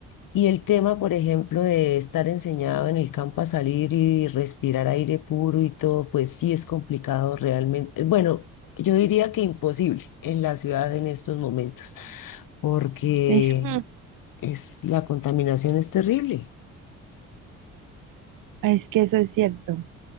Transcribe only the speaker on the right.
Sí, <laughs>
Es que eso es cierto.